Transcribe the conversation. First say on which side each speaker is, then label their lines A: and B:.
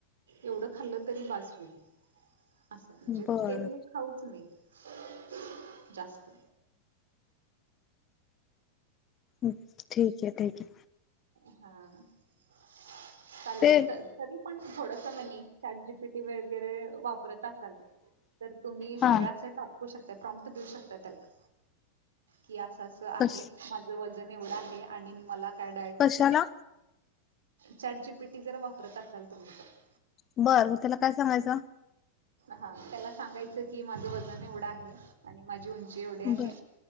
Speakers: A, on the right; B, on the left.
A: एवढं खाल्लं तरी बास होईल. असं म्हणजे
B: बर
A: तेल खाऊच नाही <inaudible> जास्त
B: ठीक आहे, ठीक आहे.
A: हा <inaudible> <inaudible> चालेल
B: ते
A: तर तरी पण थोडसनी चॅट जीपीटी वगैरे वापरत असाल तर तुम्ही
B: हा
A: सगळं असं टाकू शकता प्रॉमट देऊ शकता त्याला. की असं असं आहे
B: कश
A: माझं वजन एवढं आहे <unintelligible> आणि मला काय?
B: कशाला?
A: चॅटजी जीपीटी जर वापरत असाल तुम्ही तर
B: बरं, मग त्याला काय सांगायचं?
A: हा त्याला सांगायचं की माझं वजन एवढं आहे आणि माझी उं एवढे आहे.
B: बर